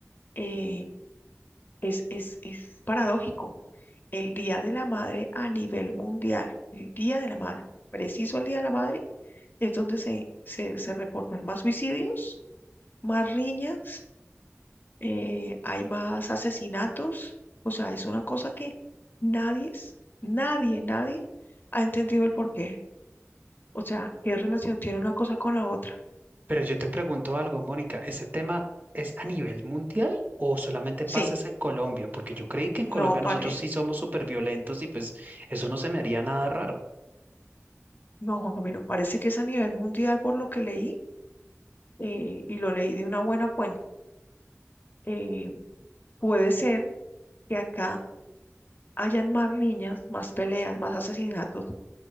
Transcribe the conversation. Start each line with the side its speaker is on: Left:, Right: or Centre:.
Left: eh, es, es, es paradójico. El Día de la Madre a nivel mundial, el Día de la Madre, preciso el Día de la Madre, es donde se, se, se reportan más suicidios, más riñas eh, hay más asesinatos. O sea, es una cosa que nadie, es- nadie, nadie ha entendido el porqué. O sea, ¿qué relación tiene una cosa con la otra?
Right: Pero yo te pregunto algo, Mónica, ¿ese tema es a nivel mundial o solamente
Left: Sí,
Right: pasa es en Colombia? Porque yo creí que en Colombia
Left: no, pare,
Right: nosotros sí somos súper violentos y pues eso no se me haría nada raro.
Left: no, Juan Camilo, parece que es a nivel mundial por lo que leí eh, y lo leí de una buena fuente. Eh, puede ser que acá hayan más riñas, más peleas, más asesinatos,